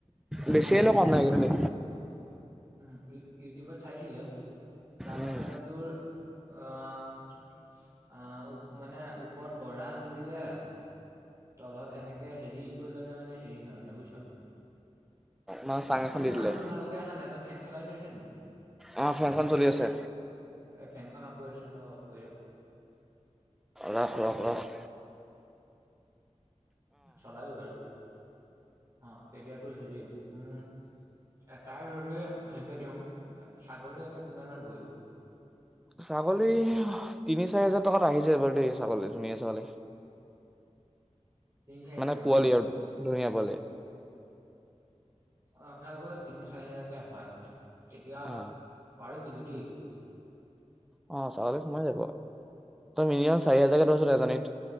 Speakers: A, on the right; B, in the centre.
A: এনেকে
B: বেছি
A: চাইছিলো
B: হলেও কম
A: বুজিছ
B: নাই কিন্তু দে।
A: উম, ইউ-ইউটিউবত চাইছিলো তাত
B: উম
A: মানে তোৰ অ আহ মানে ওপৰত গঁৰাল দিলে তলত এনেকে হেৰি কৰি ললে মানে হেৰি হয় মানে বুইছ।
B: মানে চাং এখন
A: তোৰ
B: দি
A: মাতটো
B: দিলে
A: ভালকে আহা নাই, তই ফেন চলাই থৈছ নেকি?
B: অ ফেনখন চলি আছে
A: এই ফেনখন অফ কৰি দেচোন অলপ অফ কৰি দিয়া।
B: ৰখ-ৰখ-ৰখ।
A: চলাবি বাৰু। অ তেতিয়াতো হেৰি, উম তাৰ যদি হেৰিকে দিওঁ, ছাগলী এটাত কিমান মান পৰিব?
B: ছাগলী তিনি, চাৰি হাজাৰ টকাত আহি যায় বাৰু দেই ছাগলী, ধুনীয়া ছাগলী।
A: তিনি চাৰি হাজাৰ
B: মানে
A: টকা
B: পোৱালি
A: ন
B: আৰু ধুনীয়া পোৱালি। <inaudible>
A: অ যাৰ ঘৰত তিনি, চাৰি হাজাৰকে হয়, তেতিয়া
B: অ
A: পাৰি কিন্তু। দেই
B: অহ, ছাগলী সোমাই যাব। তই মিনিমাম চাৰি হাজাৰকে ধৰচোন এজনীত।